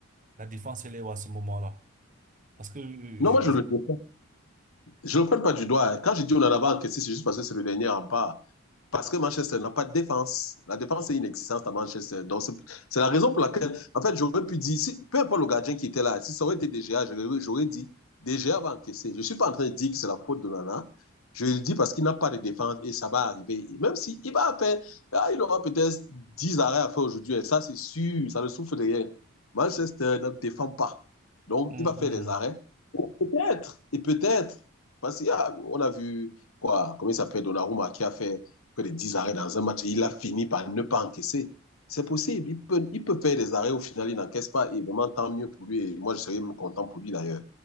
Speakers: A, on the right; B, on the left.
A: la défense elle est où à ce moment-là? Parce que euh,
B: Non,
A: je,
B: moi, je
A: je,
B: ne le, je le prends pas du doigt. hein. Quand je dis on en a encaissé, c'est juste parce que c'est le dernier rempart. Parce que Manchester n'a pas de défense. La défense est inexistante à Manchester. Donc, c'est la raison pour laquelle, en fait, j'aurais pu dire, si, peu importe le gardien qui était là, si ça aurait été DGA, j'aurais dit, DGA va encaisser. Je ne suis pas en train de dire que c'est la faute de Nana. Je le dis parce qu'il n'a pas de défense et ça va arriver. Et même s'il si va faire, ah, il aura peut-être 10 arrêts à faire aujourd'hui. Et ça, c'est sûr, ça le souffle derrière. Manchester ne défend pas. Donc,
A: Mhm,
B: il va faire
A: mhm.
B: des arrêts. Peut-être, et peut-être. Parce qu'on a, a vu, quoi, comment il s'appelle, Donnarumma, qui a fait que les 10 arrêts dans un match et il a fini par ne pas encaisser. C'est possible. Il peut, il peut faire des arrêts, au final, il n'encaisse pas. Et vraiment, tant mieux pour lui. Et moi, je serais même content pour lui d'ailleurs.